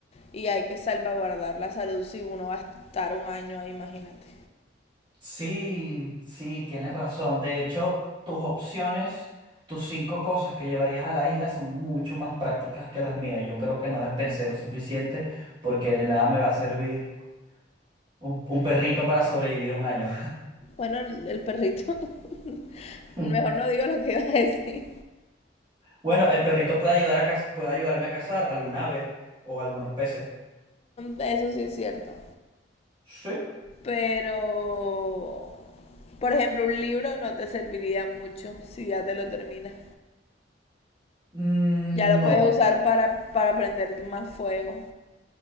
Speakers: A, on the left (about 35°); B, on the right (about 25°).
A: y hay que salvaguardar la salud si uno va a estar un año ahí, imagínate.
B: Sí, sí, tienes razón. De hecho, tus opciones, tus cinco cosas que llevarías a la isla son mucho más prácticas que las mías. Yo creo que no las pensé lo suficiente porque de nada me va a servir un, un perrito para sobrevivir un año.
A: Bueno, el perrito. <laughs>
B: <laughs>
A: Mejor no digo lo que iba a decir.
B: Bueno, el perrito puede ayudar a caz- puede ayudarme a cazar algún ave o algunos peces.
A: Eso sí es cierto.
B: Sí.
A: Pero, por ejemplo, un libro no te serviría mucho si ya te lo terminas.
B: Mm,
A: Ya lo
B: No,
A: puedes usar para, para prender más fuego.